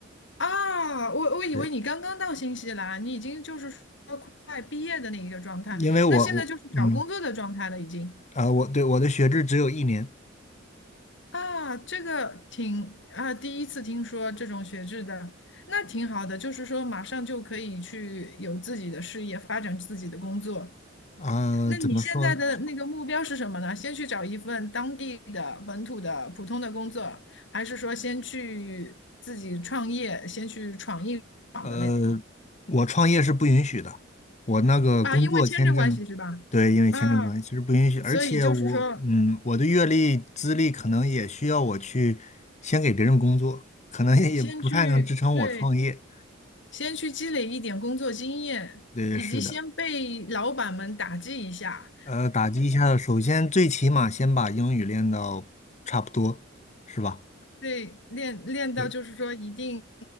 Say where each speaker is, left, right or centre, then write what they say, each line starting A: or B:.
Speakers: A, on the left; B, on the left.
A: 啊，我我以为你刚刚到新西兰，
B: 对，
A: 你已经就是说快毕业的那一个状态，
B: 因为我我嗯
A: 那现在就是找工作的状态了已经。
B: 啊、我对我的学制只有一年
A: 啊，这个挺啊，第一次听说这种学制的，那挺好的，就是说马上就可以去有自己的事业，发展自己的工作。
B: 啊、
A: 那你现在的那个目标是什么呢？
B: 怎么说？
A: 先去找一份当地的本土的普通的工作，还是说先去自己创业，先去闯一闯的那种
B: 呃，我创业是不允许的，我那个工作签证，
A: 啊？因为签证关系是吧？
B: 对，因为签证关系是不允许，
A: 啊，
B: 而且我，
A: 所以就是说，
B: 嗯，我的阅历资历可能也需要我去先给别人工作，可能也不太能支撑我创业。
A: 先去，对，先去积累一点工作经验，
B: 对，
A: 以及先被老板们打击一下，
B: 是的，呃，打击一下，首先最起码先把英语练到差不多，是吧？
A: 对，练练到就是说一定
B: 对，